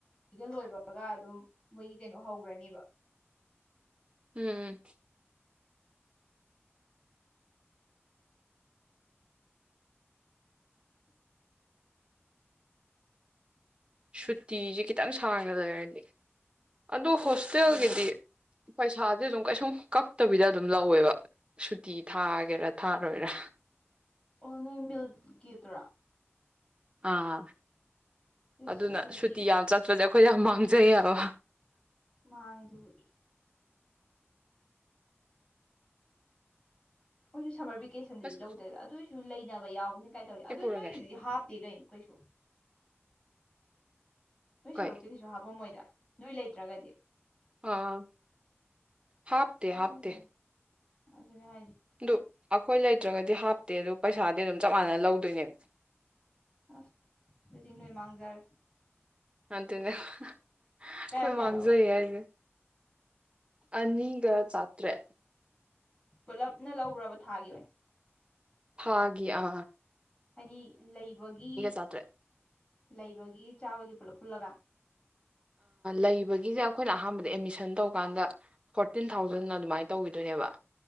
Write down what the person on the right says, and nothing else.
ꯎꯝ ꯁꯨꯇꯤꯁꯦ ꯈꯤꯇꯪ ꯁꯥꯡꯅ ꯂꯩꯔꯗꯤ ꯑꯗꯨ ꯍꯣꯁꯇꯦꯜꯒꯤꯗꯤ
ꯄꯩꯁꯥꯥꯁꯦ ꯑꯗꯨꯝ ꯀꯩꯁꯨꯝ ꯀꯛꯇꯕꯤꯗ ꯑꯗꯨꯝ ꯂꯧꯋꯦꯕ ꯁꯨꯇꯤ ꯊꯥꯒꯦꯔꯥ ꯊꯥꯔꯣꯏꯔꯥ
ꯑꯥ
ꯑꯗꯨꯅ
ꯁꯨꯇꯤ ꯌꯥꯝ ꯆꯠꯄꯁꯦ ꯑꯩꯈꯣꯏ ꯌꯥꯝ ꯃꯥꯡꯖꯩꯌꯦꯕ
ꯑꯁ
ꯁꯤ
ꯄꯨꯔꯒꯦ
ꯀꯩ
ꯑꯥ ꯍꯥꯞꯇꯦ ꯍꯥꯞꯇꯦ
ꯑꯗꯨ ꯑꯩꯈꯣꯏ ꯂꯩꯇ꯭ꯔꯒꯗꯤ ꯍꯥꯞꯇꯦ ꯑꯗꯨ ꯄꯩꯁꯥꯗꯤ ꯑꯗꯨꯝ ꯆꯞ ꯃꯥꯟꯅ ꯂꯧꯗꯣ ꯅꯦ <unintelligible>
ꯃ ꯇꯅꯦ <unintelligible> ꯑꯩꯈꯣꯏ
ꯃꯥꯡꯖꯩ
ꯍꯥꯏꯖꯦ ꯑꯅꯤꯒ ꯆ ꯇ꯭ꯔꯦꯠ
ꯊꯥꯒꯤ ꯑ
ꯆꯥꯇ꯭ꯔꯦꯠ
ꯂꯩꯕꯒꯤꯁꯦ ꯑꯩꯈꯣꯏꯅ ꯑꯍꯥꯟꯕꯗ ꯑꯦꯠꯃꯤꯁꯟ ꯇꯧꯀꯥꯟꯗ ꯐꯣꯔꯇꯤꯟ ꯊꯥꯎꯖꯟ ꯑꯗꯨꯃꯥꯏꯅ ꯇꯧꯈꯤꯗꯣꯏꯅꯦꯕ